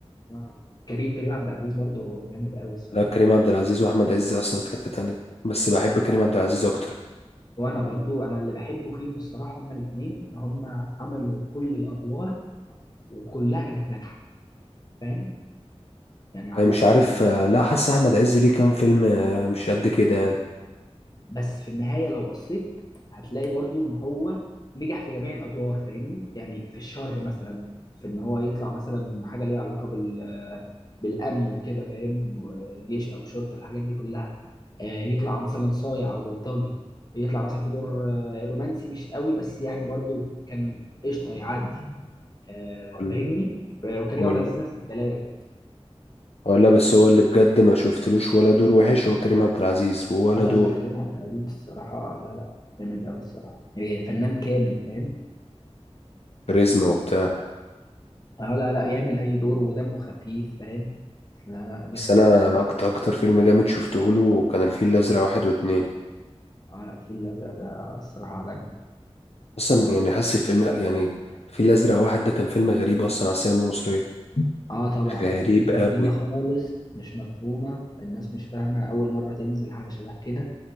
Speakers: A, on the left; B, on the left.
A: اه كريم كريم عبد العزيز برضه جامد قوي الصراحة
B: لا كريم عبد العزيز واحمد عز اصلا في حتة تانية بس بحب كريم
A: انا
B: عبد العزيز اكتر
A: وانا برضو انا اللي بحبه فيهم الصراحه هما الاثنين ان هما عملوا كل الادوار وكلها كانت ناجحه فاهم يعني عملوا
B: اه، مش عارف اه، لا حاسس احمد عز ليه كام فيلم اه، مش قد كده يعني
A: بس في النهايه لو بصيت هتلاقي برضو ان هو نجح في جميع الادوار فاهمني يعني في الشر مثلا في ان هو يطلع مثلا حاجه ليها علاقه بال بالامن وكده فاهم جيش او شرطه الحاجات دي كلها آه، يطلع مثلا صايع او بلطجي يطلع مثلا في دور آه، رومانسي مش قوي بس يعني برضو كان قشطه يعدي آه،
B: ولا
A: فاهمني ف- وكريم
B: ولا
A: عبد العزيز نفس الكلام
B: ولا بس هو اللي بجد ما شفتلوش ولا دور وحش هو كريم عبد العزيز ولا
A: اه لا
B: دور
A: لا كريم عبد العزيز الصراحه لا لا جامد قوي الصراحه يعني فنان كامل فاهم
B: كاريزما وبتاع
A: اه لا لا يعمل اي دور ودمه خفيف فاهم لا لا جامد
B: بس انا
A: قوي الصراحه
B: اكتر اكتر فيلم جامد شفته له كان الفيل الازرق واحد واتنين
A: اه لا الفيل الازرق ده الصراحه عالمي
B: اصلا يعني حاسس الفيلم يعني الفيل الازرق واحد ده كان فيلم غريب اصلا على السينما المصريه
A: اه طبعا
B: غريب
A: فكرة
B: قوي
A: جديدة خالص مش مفهومة الناس مش فاهمة أول مرة تنزل حاجة شبه كده